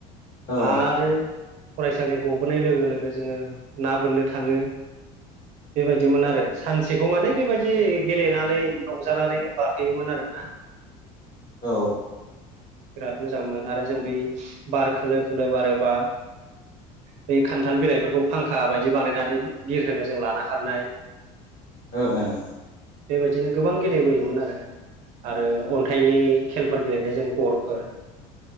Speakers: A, on the left; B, on the right.
A: औ
B: आरो फरायसालि गबोनाय लोगो लोगो जोङो ना बोननो थाङो। बेबायदिमोन आरो सानसेखौ माने बेबायदि गेलेनानै रंजानानैनो बारहोयोमोन आरोना। <inaudible>
A: औ।
B: बिराद मोजांमोन आरो जों बै बार खोलो खोलो बारोबा बै खान्थाल बिलाइफोरखौ फांखा बायदि बानायनानै बिर होनो जों लाना खारनाय।
A: ओं ओं।
B: बेबायदिनो गोबां गेलेबोयोमोन आरो आरो अन्थाइनि खेलफोर गेलेनायजों गरफोर